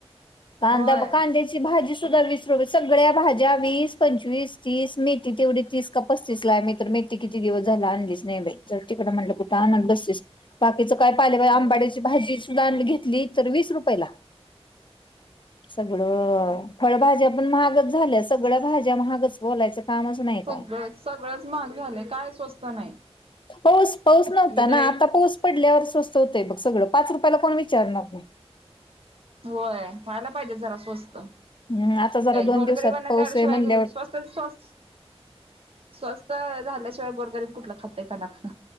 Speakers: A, on the left; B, on the right.
A: कांदा-
B: होय.
A: कांद्याची भाजी सुधा वीस रुपये सग सगळ्या भाज्या वीस, पंचवीस, तीस मे ती तेवढी तीस का पस्तीस ला आहे, मी तर मेथी किती दिवस झाल आणलीचं नाही बाई, जाऊदे तिकडं म्हटलं कुठं आणतं बसतीस. बाकीच काय पालेभाज्या आंबाड्याची
B: होय.
A: भाजी सुध्दा घेतली तर वीस रुपयेला. सगळं फळभाज्या पण महागच झाल्या, सगळ्या भाज्या महागच बोलायचं कामचं नाही
B: सगळं
A: काय?
B: सगळंच महाग झालंय काय स्वस्त नाही.
A: पाऊस -पाऊस नव्हता
B: मी
A: ना.
B: तर एक
A: आता पाऊस पडल्यावर स्वस्त होतय, बघ सगळं पाच रुपयाला कोण विचारणार नाही.
B: होय, व्हायला पाहिजे जरा स्वस्त.
A: हम्म आता जरा दोन
B: गोरगरिबांना
A: दिवसात पाऊस
B: त्याशिवाय
A: आहे म्हणल्यावर
B: स्वस्तस स्वस्त स्वस्त झाल्याशिवाय, गोरगरिब कुठलं खातयं, कना कना.